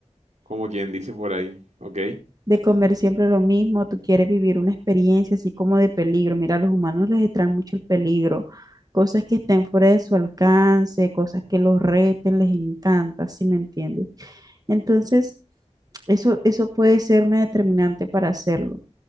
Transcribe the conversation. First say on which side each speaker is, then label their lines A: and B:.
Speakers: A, on the right; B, on the right.
A: Como quien dice por ahí, ¿ok?
B: de comer siempre lo mismo, tú quieres vivir una experiencia así como de peligro. Mira, a los humanos les extrae mucho el peligro, cosas que estén fuera de su alcance, cosas que los reten, les encanta, ¿sí me entiendes? Entonces, eso, eso puede ser una determinante para hacerlo.